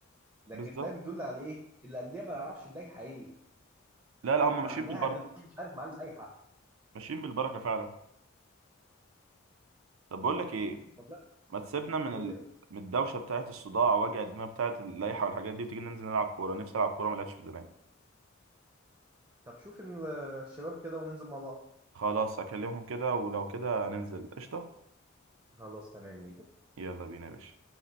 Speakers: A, on the right; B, on the right.
A: لكن
B: بالظبط
A: ده بيدل على ايه الانديه ما تعرفش اللائحه ايه
B: لا لا هم
A: معناها
B: ماشيين بالبركه
A: ان مش عارف معاه اللائحه
B: ماشيين بالبركه فعلا طب بقول لك ايه
A: والله
B: ما تسيبنا من
A: قول
B: ال...
A: لي يا باشا.
B: من الدوشه بتاعت الصداع وجع الدماغ بتاعت اللائحه والحاجات دي وتيجي ننزل نلعب كوره نفسي العب كوره ما لعبتش من زمان
A: طب شوف ال- الشباب كده وننزل مع بعض
B: خلاص هكلمهم كده ولو كده ننزل قشطه
A: خلاص تمام ماشي
B: يلا بينا يا باشا